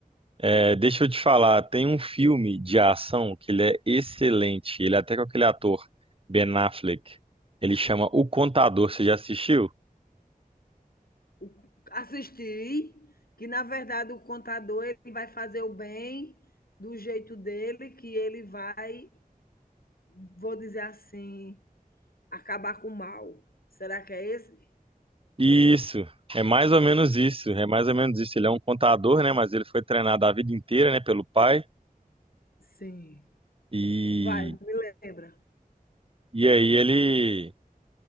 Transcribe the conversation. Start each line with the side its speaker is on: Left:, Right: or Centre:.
Right: É, deixa eu te falar, tem um filme de ação que ele é excelente. Ele é até com aquele ator Ben Affleck. Ele chama O Contador. Você já assistiu?
Left: O- assistir, que na verdade o contador ele vai fazer o bem do jeito dele, que ele vai, vou dizer assim, acabar com o mal. Será que é esse?
Right: Isso, é mais ou menos isso, é mais ou menos isso. Ele é um contador, né? Mas ele foi treinado a vida inteira, né, pelo pai.
Left: Sim.
Right: E,
Left: Vai, me lembra.
Right: e aí ele,